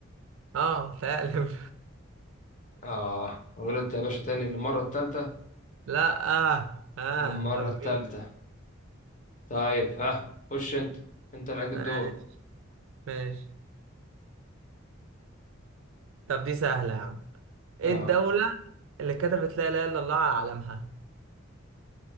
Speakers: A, on the right; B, on the left.
A: اه فعلا
B: اه غلطت يا باشا تاني للمرة التالتة
A: <laughs> لا اه اه
B: للمرة
A: طب
B: التالتة
A: مين
B: طيب ها خش انت انت اللي عليك الدور
A: ماشي ماشي طب دي سهله يا عم ايه
B: اه
A: الدوله اللي كتبت لا اله الا الله على علمها